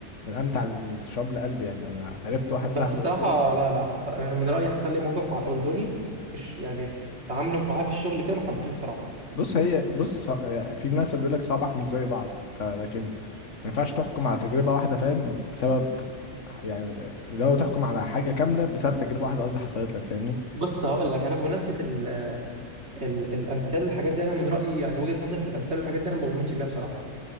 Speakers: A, on the left (about 85°); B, on the right (about 65°).
A: من امتع الشعوب لقلبي يعني انا عرفت واحد
B: بس
A: صاحبي
B: صراحه
A: اردني
B: لا لا حصل يعني من رايي حصل لي موقف مع الاردني مش يعني في تعامله معاه في الشغل كده ما حبيتوش بصراحه
A: بص هي بص في مثل بيقول لك صوابعك مش زي بعض فلكن ما ينفعش تحكم على تجربة واحدة فاهم بسبب يعني لو تحكم على حاجة كاملة بسبب تجربة واحدة قصدي حصلت لك فاهمني
B: بص هقول لك انا بمناسبه ال ال الامثال والحاجات دي انا من رايي يعني وجهه نظري في الامثال والحاجات دي انا ما بؤمنش بيها بصراحه